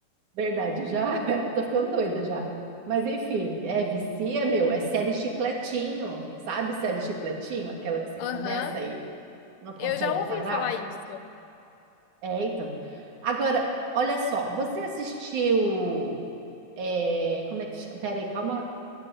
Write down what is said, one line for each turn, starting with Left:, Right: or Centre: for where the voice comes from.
Right: Verdade, já <laughs> eu tô ficando doida já. Mas enfim, é vicia, meu, é série chicletinho, sabe? Série chicletinho, aquela que você
Left: Aham.
Right: começa e não consegue
Left: Eu já ouvi
Right: parar?
Left: falar isso.
Right: É, então. Agora, olha só, você assistiu, é, como é que chama? Peraí, calma,